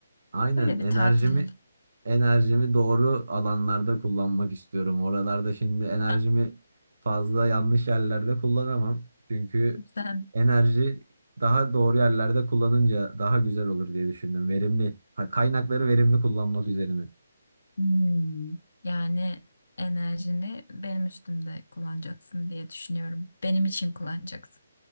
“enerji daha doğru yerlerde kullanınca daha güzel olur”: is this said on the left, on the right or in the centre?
Right